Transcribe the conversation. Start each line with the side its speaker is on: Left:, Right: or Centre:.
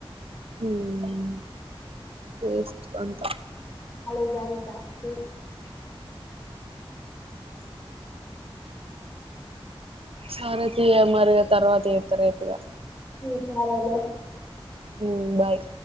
Right: ఉమ్ వేస్ట్ ప
Left: వేస్ట్ కాలేజ్ అంత ఛీ
Right: సరే తీయిగ మరి తర్వాత చేత్తా రేపి గా
Left: ఉమ్ సరేలేే
Right: ఉమ్ బాయ్